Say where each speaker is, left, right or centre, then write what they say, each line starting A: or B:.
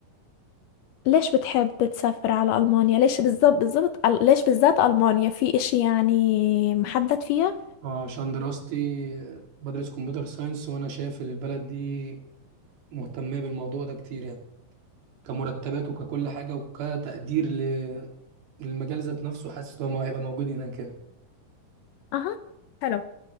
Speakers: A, on the left; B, on the right.
A: ليش بتحب تسافر على المانيا ليش بالضبط بالضبط ليش بالذات المانيا في اشي يعني محدد فيها
B: اه عشان دراستي آه، بدرس كمبيوتر ساينس وانا شايف ان البلد دي مهتمه بالموضوع ده كتير يعني كمرتبات وككل حاجه وكتقدير ل- للمجال ذات نفسه حاسس ان هو هيبقى موجود هناك
A: اها حلو